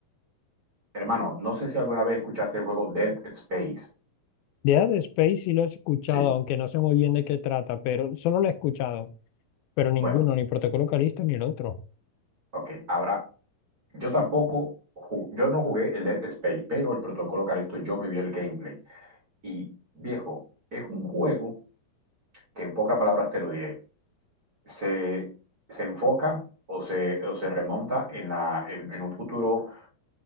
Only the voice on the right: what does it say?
Hermano, no sé si alguna vez escuchaste el juego Dead Space.
Sí.
Bueno,
ok. Ahora, yo tampoco, ju- yo no jugué el Dead Space, pero el protocolo Calixto, yo me vi el gameplay. Y viejo, es un juego que en pocas palabras te lo diré. Se, se enfoca o se, o se remonta en, la, en, en un futuro,